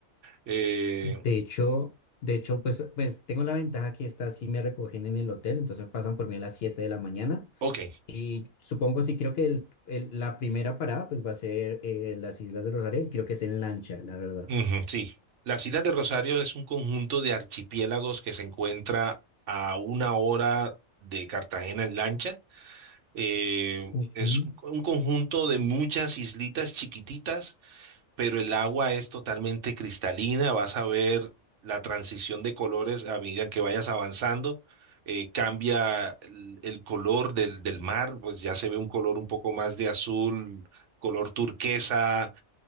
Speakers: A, on the right; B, on the left.
A: Eh,
B: De hecho, de hecho, pues, pues tengo la ventaja que estas sí me recogen en el hotel, entonces pasan por mí a las 7 de la mañana.
A: ok,
B: Y supongo, sí, creo que el- el- la primera parada pues va a ser eh, las Islas del Rosario, y creo que es en lancha, la verdad.
A: ujú, sí. Las Islas del Rosario es un conjunto de archipiélagos que se encuentra a una hora de Cartagena en lancha. Eh,
B: Ok.
A: es un un conjunto de muchas islitas chiquititas pero el agua es totalmente cristalina, vas a ver la transición de colores a medida que vayas avanzando, eh, cambia el, el color del, del mar, pues ya se ve un color un poco más de azul, color turquesa,